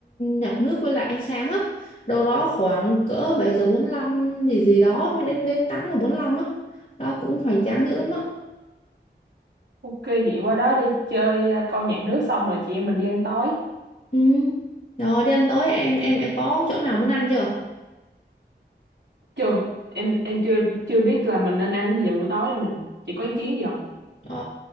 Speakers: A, on the left (about 40°); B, on the right (about 70°).
A: nhạc nước với lại ánh sáng á đâu đó khoảng cỡ 7 giờ bốn lăm gì gì đó đến đến 8 giờ bốn lăm á đó cũng hoành tráng dữ lắm á
B: Ok vậy qua đó đi chơi à, coi nhạc nước xong rồi chị em mình đi ăn tối
A: Ừ. Rồi đi ăn tối em em em có chỗ nào muốn ăn chưa?
B: chưa em em chưa chưa biết là mình nên ăn cái gì vào buổi tối đây nè chị có ý kiến gì không
A: Ờ,